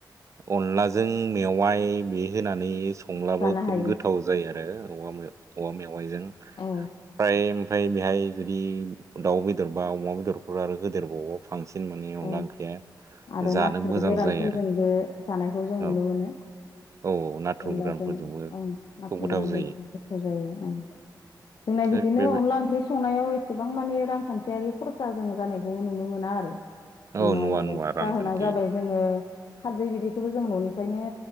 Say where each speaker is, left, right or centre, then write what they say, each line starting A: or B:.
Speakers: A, on the right (about 40°); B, on the left (about 70°).
A: अनलाजों मेवाइ बे होनानै संब्लाबो
B: जानो
A: खोब
B: हायो
A: गोथाव जायो जायो आरो औ औवा मेवाइजों
B: औ
A: फ्राय ओमफ्राय बेहाय जुदि दाउ बेदर बा अमा बेदरफोर आरो होदेरबावो बांसिन माने अनला
B: औ
A: ओंख्रिया
B: आरो
A: जानो
B: नाथुर
A: मोजां
B: गोरानफोरजोंबो
A: जायो आरो
B: जानायखौ जों नुनो
A: औ
B: मोनो
A: औ नाथुर
B: अनलाजों
A: गोरानफोरजोंबो
B: आं नाथुरग्रानो
A: खोब गोथाव जायो
B: ज गोथाव जायो ओं जोंना
A: थिग
B: बिदिनो
A: बे
B: अनला ओंख्रि स संनायाव एसेबां माने रांखान्थियारि खरसा जों जानायखौ नुनो मोना आरो
A: औ
B: म
A: नुवा नुवा रांखान्थि
B: जाहोना जाबाय जोङो खारदै बिदैखौबो जों न'निफ्रायनो